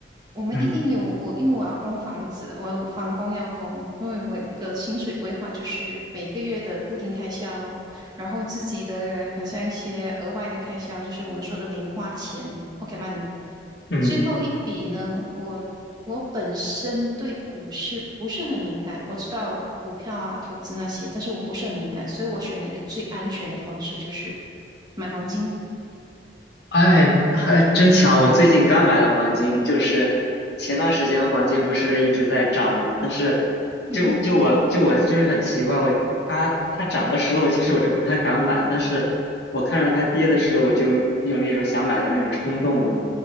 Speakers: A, on the right (about 25°); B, on the left (about 65°).
A: 我们一定有我，
B: 嗯
A: 因为我要供房子，我有房供要供，因为我的薪水规划就是每个月的固定开销，然后自己的很像一些额外的开销，就是我们说的零花钱 o k e t money。
B: 嗯。
A: 最后一笔呢，我我本身对股市不是很敏感，我知道股票啊、投资那些，但是我不是很敏感，所以我选了一个最安全的方式，就是买黄金。
B: 哎，还真巧！我最近刚买了黄金，就是前段时间黄金不是一直在涨嘛，但是
A: 嗯嗯，
B: 就就我就我就是很奇怪，我它它涨的时候，其实我就不太敢买，但是我看着它跌的时候，我就有那种想买的那种冲动呢。